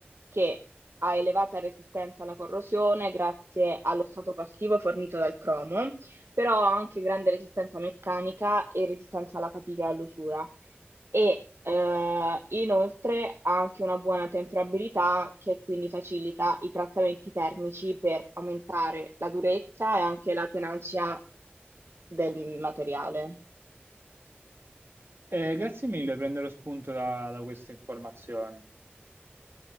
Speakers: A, on the right; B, on the right.
A: che ha elevata resistenza alla corrosione grazie allo stato passivo fornito dal cromo, però ha anche grande resistenza meccanica e resistenza alla fatica e all'usura. E eh, inoltre ha anche una buona temperabilità che quindi facilita i trattamenti termici per aumentare la durezza e anche la tenacia del materiale.
B: Eh, grazie mille, prenderò spunto da da queste informazioni.